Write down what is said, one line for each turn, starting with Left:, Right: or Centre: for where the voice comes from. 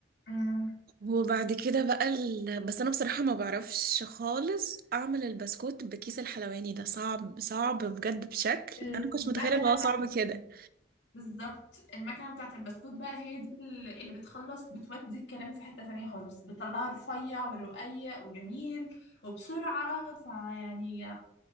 Left: أمم،
Right: وبعد كده بقى ال... بس أنا بصراحة ما بعرفش خالص أعمل البسكوت بكيس الحلواني ده صعب صعب بجد بشكل
Left: المكنة
Right: أنا كنت متخيلة إن هو
Left: بتاعت
Right: صعب كده
Left: بالظبط المكنة بتاعة البسكوت بقى هي دي ال- اللي بتخلص بتودي الكلام في حتة تانية خالص بتطلعه رفيع ورقيق وجميل وبسرعة فيعني